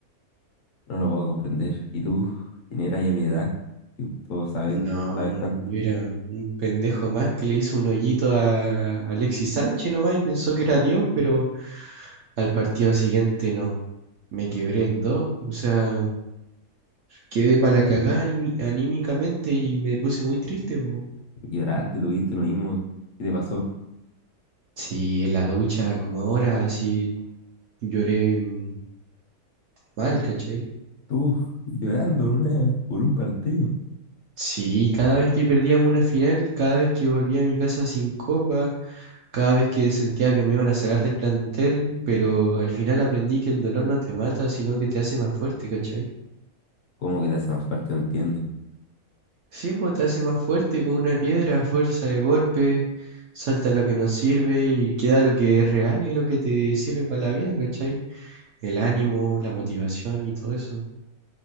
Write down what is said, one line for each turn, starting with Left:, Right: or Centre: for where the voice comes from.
Left: No lo puedo comprender. ¿Y tú? ¿Quién eras y a mi edad? Y Tú sabes,
Right: No,
Left: sabes tanto.
Right: yo era un pendejo más que le hizo un hoyito a Alexis Sánchez nomás y pensó que era Dios, pero al partido siguiente no. Me quebré en dos. O sea, quedé para la cagada aními- anímicamente y me puse muy triste, po.
Left: Lloraste, tuviste lo mismo. ¿Qué te pasó?
Right: Sí, en la ducha, como ahora, sí lloré mm, mal, ¿cachai?
Left: Tú, llorando una- por un partido.
Right: Sí, cada vez que perdíamos una final, cada vez que volvía a mi casa sin copa, cada vez que sentía que me iban a sacar del plantel, pero al final aprendí que el dolor no te mata, sino que te hace más fuerte, ¿cachai?
Left: ¿Cómo que te hace más fuerte? No entiendo.
Right: Sí, pues te hace más fuerte como una piedra a fuerza de golpe, salta lo que no sirve y queda lo que es real y lo que te sirve para la vida, ¿cachai? El ánimo, la motivación y todo eso.